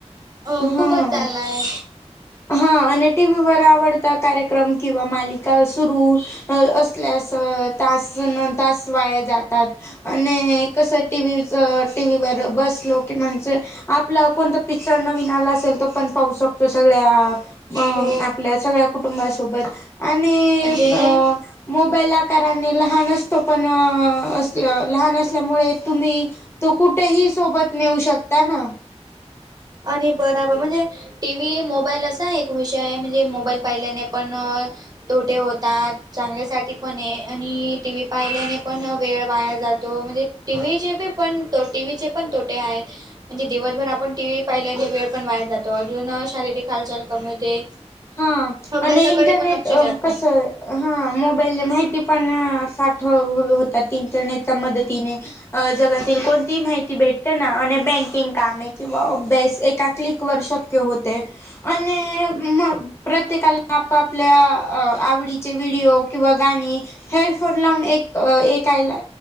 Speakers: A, on the right; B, on the left.
A: अ
B: हा
A: खूपच चाललाय.
B: हा आणि टीव्हीवर आवडता कार्यक्रम किंवा मालिका सुरू अ असल्यास तास न तास वाया जातात. आणि कसं टीव्हीचं टीव्हीवर बसलो की म्हणजे आपला कोणतं पिक्चर नवीन आला असेल तो पण पाहू शकतो सगळ्या हा अम
A: हो
B: आपल्या सगळ्या कुटुंबासोबत आणि
A: म्हणजे
B: अ मोबाईल आकारने लहान असतो पण असलं लहान असल्यामुळे तुम्ही तो कुठेही सोबत नेऊ शकता ना.
A: आणि बराबर म्हणजे टीव्ही मोबाईल असा एक विषय आहे म्हणजे मोबाईल पाहिल्याने पण तोटे होतात चांगल्यासाठी पण ये आणि टीव्ही पाहिल्याने पण वेळ वाया जातो म्हणजे टीव्हीचे बी पण तोटे टीव्हीचे पण तोटे आहेत म्हणजे दिवसभर आपण टीव्ही पहिल्याने वेळ पण वाया जातो, अजून शारीरिक हालचाल कमी होते.
B: हा
A: अभ्यासाकडे
B: आणि इंटरनेट
A: पण लक्ष
B: अ
A: जात नाही
B: कसयं हा मोबाईलने माहिती पण साठव होतात इंटरनेटच्या मदतीने अ जगातील कोणतीही माहिती भेट ते ना आणि बँकिंग कामे किंवा अभ्यास एका क्लिकवर शक्य होतेय आणि म प्रत्येकाला आपआपल्या अ आवडीचे व्हिडिओ किंवा गाणी हेडंफोन लावून एक ऐकायला